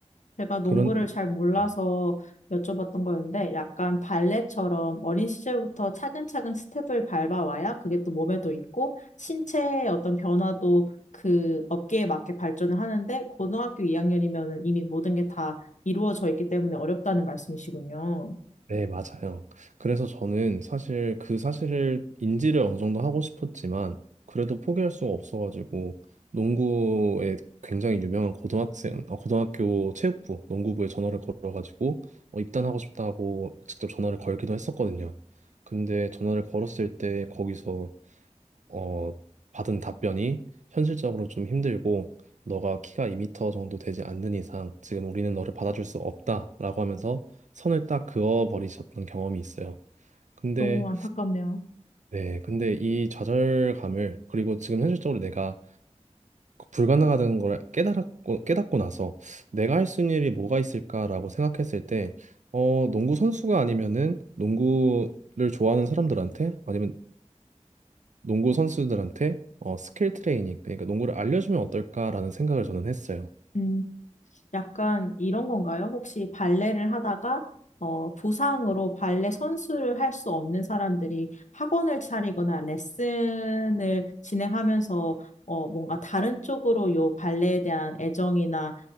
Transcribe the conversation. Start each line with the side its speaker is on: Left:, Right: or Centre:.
Left: 제가 농구를
Right: 그런데
Left: 잘 몰라서
Right: 네.
Left: 여쭤봤던 거였는데 약간 발레처럼 어린 시절부터 차근차근 스텝을 밟아와야 그게 또 몸에도 있고 신체의 어떤 변화도 그 업계에 맞게 발전을 하는데 고등학교 2학년이면은 이미 모든 게 다 이루어져 있기 때문에 어렵다는 말씀이시군요.
Right: 네, 맞아요. 그래서 저는 사실 그 사실을 인지를 어느 정도 하고 싶었지만 그래도 포기할 수가 없어가지고 농구에 굉장히 유명한 고등학생, 아, 고등학교 체육부 농구부에 전화를 걸어가지고 어, 입단하고 싶다고 직접 전화를 걸기도 했었거든요. 근데 전화를 걸었을 때 거기서 어, 받은 답변이 현실적으로 좀 힘들고 너가 키가 2미터 정도 되지 않는 이상 지금 우리는 너를 받아줄 수 없다라고 하면서 선을 딱 그어버리셨던 경험이 있어요. 근데
Left: 너무 안타깝네요.
Right: 네, 근데 이 좌절감을 그리고 지금 현실적으로 내가 불가능하다는 걸 깨달았고 깨닫고 나서 내가 할 수 있는 일이 뭐가 있을까라고 생각했을 때 어, 농구 선수가 아니면은 농구를 좋아하는 사람들한테 아니면 농구 선수들한테 어, 스킬 트레이닝, 그러니까 농구를 알려주면 어떨까라는 생각을 저는 했어요.
Left: 음, 약간 이런 건가요? 혹시 발레를 하다가 어, 부상으로 발레 선수를 할 수 없는 사람들이 학원을 차리거나 레슨을 진행하면서 어, 뭔가 다른 쪽으로 요 발레에 대한 애정이나